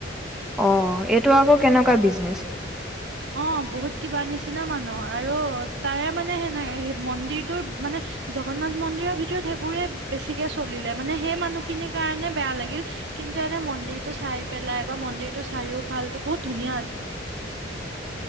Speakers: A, in the centre; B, on the right.
A: অ' এইটো আকৌ কেনেকুৱা বিজনেচ?
B: অ বহুত কিবা নিচিনা মানুহ, আৰু তাৰে মানে সেনে, মন্দিৰটোৰ মানে, জগন্নাথ মন্দিৰৰ ভিতৰত সেইবোৰে বেছিকে চলিলে, মানে সেই মানুহখিনিৰ কাৰণে বেয়া লাগিল, কিন্তু এনে মন্দিৰটো চাই পেলাই বা মন্দিৰটো চাইও ভাল, বহুত ধুনীয়া আছিল মানে।